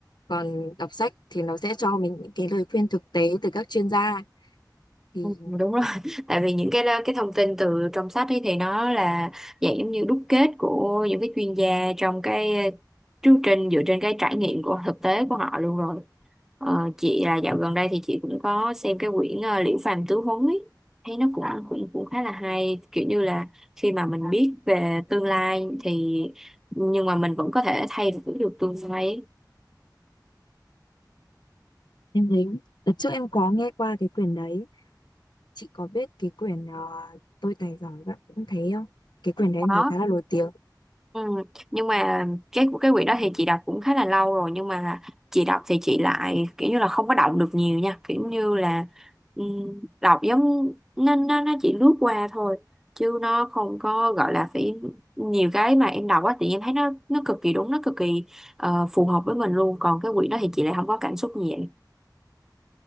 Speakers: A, on the left; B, in the centre.
A: Còn đọc sách thì nó sẽ cho mình những cái lời khuyên thực tế từ các chuyên gia. Thì
B: ừ, đúng rồi <laughs> tại vì những cái cái thông tin từ trong sách ấy thì nó là dạng giống như đúc kết của những cái chuyên gia trong cái chương trình dựa trên cái trải nghiệm của thực tế của họ luôn rồi ờ, chị là dạo gần đây thì chị cũng có xem cái quyển ờ, Liễu Phàm Tứ Huấn ấy thấy nó cũng cũng cũng khá là hay kiểu như là khi mà mình biết về tương lai thì nhưng mà mình vẫn có thể thay đổi được tương lai ấy.
A: em thấy đợt trước em có nghe qua cái quyển đấy. Chị có biết cái quyển ờ, Tôi tài giỏi bạn cũng thấy không? Cái quyển đấy em
B: Đó
A: thấy khá là nổi tiếng.
B: Ừ. Nhưng mà cái cái quyển đó thì chị đọc cũng khá là lâu rồi nhưng mà chị đọc thì chị lại kiểu như là không có động được nhiều nha kiểu như là ừm, đọc giống nó nó nó chỉ lướt qua thôi chứ nó không có gọi là phải nhiều cái mà em đọc á thì em thấy nó nó cực kỳ đúng nó cực kỳ ờ, phù hợp với mình luôn còn cái quyển đó thì chị lại không có cảm xúc gì vậy.